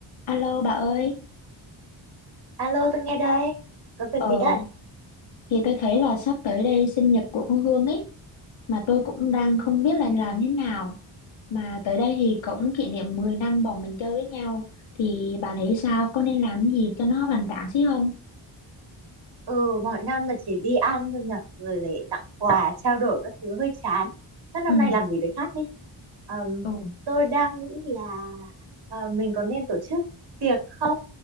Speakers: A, on the left; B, on the right.
A: Alo bà ơi,
B: Alo, tôi nghe đây. Có việc
A: ờ
B: gì đây?
A: thì tôi thấy là sắp tới đây sinh nhật của con Hương ấy mà tôi cũng đang
B: Ừ.
A: không biết là làm thế nào. Mà tới đây thì cũng kỷ niệm 10 năm bọn mình chơi với nhau thì bà thấy sao? Có nên làm gì cho nó hoành tráng xí không?
B: Ừ, mọi năm là chỉ đi ăn thôi nhở. Rồi lại tặng quà, trao đổi các thứ hơi chán. Thế năm
A: Ừ,
B: nay làm gì đấy khác đi. Ờm,
A: ừ,
B: tôi đang nghĩ là ờ, mình có nên tổ chức tiệc không?